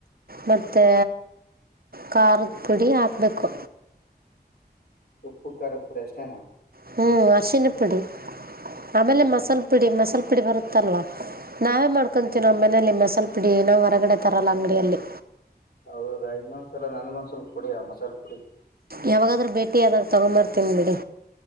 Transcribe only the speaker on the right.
ಮತ್ತೆ ಖಾರದ ಪುಡಿ ಹಾಕ್ಬೇಕು
ಹ್ಮ್ ಅರ್ಶಿನಿ ಪುಡಿ ಆಮೇಲೆ
ಮಸಾಲ ಪುಡಿ ಮಸಾಲ ಪುಡಿ ಬರುತ್ತಲ್ವಾ ನಾವೇ ಮಾಡ್ಕೊತೀನೋ
ಆ
ಮನೆಯಲ್ಲಿ ಮಸಾಲೆ ಪುಡಿ ನಾವ ಹೊರಗಡೆ ತರಲ್ಲ ಅಂಗಡಿಯಲ್ಲಿ
ಯಾವಾಗಾದ್ರೂ ಭೇಟಿ ಯಾದಗ ತಗೊಂಬರ್ತೀನಿ ಬಿಡಿ